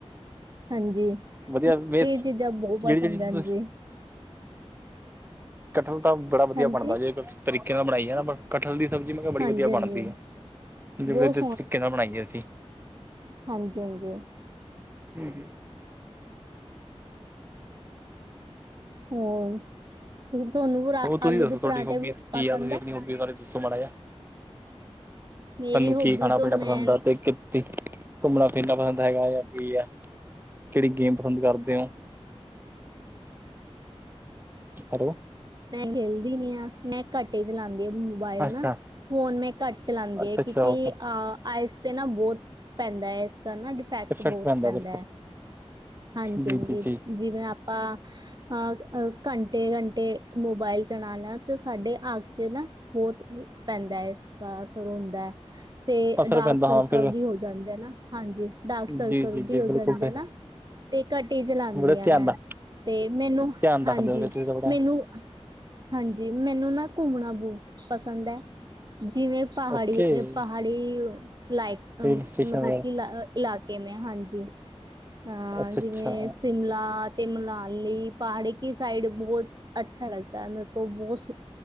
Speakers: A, on the right; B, on the right.
A: ਹਾਂਜੀ, <unintelligible>
B: ਵਧੀਆ ਵੇਸ
A: ਏ ਚੀਜ਼ਾਂ ਬੌ
B: ਜਿਹੜੀ
A: ਪਸੰਦ
B: ਜਿਹੜੀ
A: ਐ
B: ਤੁਸੀਂ
A: ਜੀ
B: ਕਟਲ ਤਾਂ ਬੜਾ ਵਦੀਆ
A: ਹਾਂਜੀ
B: ਬਣਦਾ ਜੇ ਤਰੀਕੇ ਨਾਲ ਬਣਾਈਏ ਨਾ ਕਟਲ ਦੀ ਸਬਜ਼ੀ ਮੈਂ ਕੇਆ ਬੜੀ
A: ਹਾਂਜੀ
B: ਵਧੀਆ
A: ਹਾਂਜੀ
B: ਬਣਦੀ ਐ,
A: ਬਹੁਤ
B: ਵਧੀਆ ਤਰੀਕੇ ਨਾਲ ਬਣਾਈਏ ਅਸੀਂ
A: ਹਾਂਜੀ-ਹਾਂਜੀ।
B: ਹਾਂਜੀ
A: ਹੋਰ, ਕੀ ਤੋਆਨੂੰ
B: ਹੋਰ ਤੁਸੀਂ
A: ਆਲੂ
B: ਦੱਸੋ
A: ਦੇ
B: ਤੁਹਾਡੀ
A: ਪਰਾਂਠੇ
B: ਹੋਬੀਜ਼ ਕੀ
A: ਪਸੰਦ
B: ਆ ਤੁਸੀਂ ਆਪਣੀ
A: ਐ?
B: ਹੋਬੀ ਬਾਰੇ ਦੱਸੋ ਮਾੜਾ ਜਾ,
A: ਮੇਰੀ
B: ਧਾਨੂੰ
A: ਹੋਬੀ
B: ਕੀ ਖਾਣਾ-ਪੀਣਾ
A: ਤੋਂ ਮੈਂ
B: ਪਸੰਦ ਆ ਤੇ ਕੀ ਤੇ, ਘੁੰਮਣਾ-ਫੇਰਨਾ ਪਸੰਦ ਹੈਗਾ ਜਾਂ ਕੀ ਆ, ਕੇੜੀ ਗੇਮ ਪਸੰਦ ਕਰਦੇ ਓ? ਹੈਲੋ
A: ਮੈਂ ਖੇਲਦੀ ਨੀ ਆ ਮੈਂ ਘਾਟੇ ਈ ਚਲਾਂਦੀ ਆ ਮੂ ਬਾਈਲ
B: ਅੱਛਾ
A: ਨਾ ਫੋਨ ਮੈਂ ਘੱਟ ਚਲਾਂਦੀ
B: ਅੱਛਾ
A: ਆ
B: ਅੱਛਾ
A: ਕੇਕੀ ਆ ਆਈਸ ਤੇ ਨਾ ਬੋ ਪੈਂਦਾ ਏਦਾ ਨਾ ਡੀਫੈਕਟ
B: ਇਫੈਕਟ
A: ਬੋ ਪੈਂਦਾ
B: ਬਿਲਕੁਲ
A: ਐ ਹਾਂਜੀ-ਹਾਂਜੀ
B: ਜੀ ਜੀ ਜੀ
A: ਜੀਵੇਂ ਆਪਾਂ ਹਾਂ ਆ ਘੰਟੇ-ਘੰਟੇ ਮੋਬਾਈਲ ਚਲਾਣਾ ਤੇ ਸਾਡੇ ਆਖ ਚ ਨਾ ਬੋਤ ਪੈਂਦਾ ਐ ਏਦਾ ਅਸਰ ਹੁੰਦਾ ਐ ਤੇ
B: ਅਸਰ
A: ਡਾਰਕ
B: ਪੈਂਦਾ
A: ਸਰਕਲ
B: ਹਾਂ ਫਿਰ
A: ਵੀ ਹੋ ਜਾਂਦੇ ਨਾ ਹਾਂਜੀ ਡਾਰਕ ਸਰਕਲ
B: ਜੀ ਜੀ ਜੀ
A: ਵੀ ਹੋ
B: ਬਿਲਕੁਲ
A: ਜਾਂਦੇ
B: ਤੇ
A: ਆ ਨਾ ਘਟੀ ਈ ਚਲਾਂਦੀ
B: ਬੜੇ
A: ਆ
B: ਧਿਆਨ
A: ਮੈਂ,
B: ਦਾ
A: ਤੇ ਮੇਨੂੰ
B: ਧਿਆਨ
A: ਹਾਂਜੀ
B: ਰੱਖਦੇ ਹੋ ਤੁਸੀਂ ਤਾਂ ਬੜਾ
A: ਮੇਨੂੰ ਹਾਂਜੀ ਮੈਨੂੰ ਨਾ ਘੂਮਣਾ ਬੋ ਪਸੰਦ ਏ ਜੀਵੇਂ ਪਹਾੜੀ
B: ਓਕੇ
A: ਏ ਪਹਾੜੀ ਲਾ ਉ ਅ
B: ਹਿਲ ਸਟੇਸ਼ਨ
A: ਮਤਲਬ
B: ਵਗੈਰਾ
A: ਕੀ ਲਾ ਈਲਾਕੇ ਨੇ ਹਾਂਜੀ ਹਾਂ
B: ਅੱਛਾ
A: ਜੀਵੇਂ
B: ਅੱਛਾ
A: ਸੀਮਲਾ ਤੇ ਮਨਾਲੀ ਪਹਾੜੀ ਕੀ ਸਾਈਡ ਬਹੋ ਅੱਛਾ ਲਗਤਾ ਹੈ ਮੇਰੇ ਕੋ ਬੌ ਸਕੂ